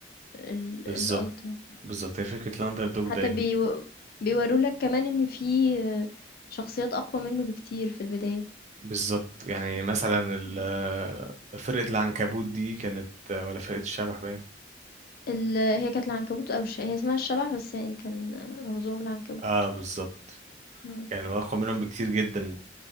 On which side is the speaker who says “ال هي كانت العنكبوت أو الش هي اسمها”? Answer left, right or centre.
Left